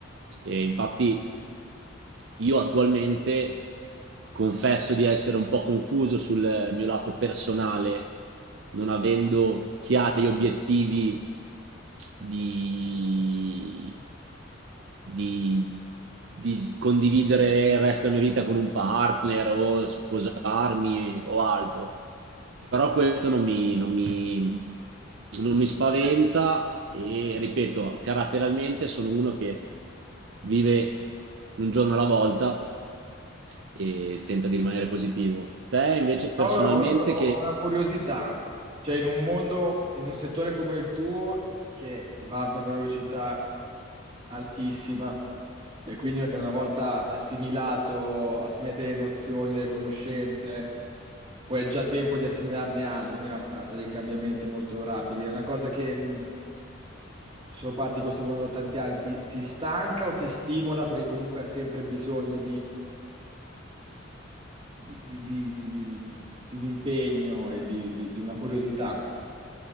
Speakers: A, on the right (about 65°); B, on the right (about 30°).
A: E infatti io attualmente confesso di essere un po' confuso sul mio lato personale non avendo chiari obiettivi di, di, di condividere il resto della mia vita con un partner o sposarmi o altro. Però questo non mi, non mi, non mi spaventa e ripeto, caratterialmente sono uno che vive un giorno alla volta e tenta di rimanere positivo. Te invece
B: Però
A: personalmente
B: ho, ho-
A: che...
B: ho una curiosità, cioè in un mondo, in un settore come il tuo, che va a una velocità altissima, e quindi che una volta assimilato, assimilate le nozioni, le conoscenze, poi è già tempo di assimilarne altre, quindi ha, ha dei cambiamenti molto rapidi. È una cosa che, mh, sono parte di questo mondo da tanti anni, ti, ti stanca o ti stimola perché comunque hai sempre bisogno di, di- di- di- di un impegno e di di- di una curiosità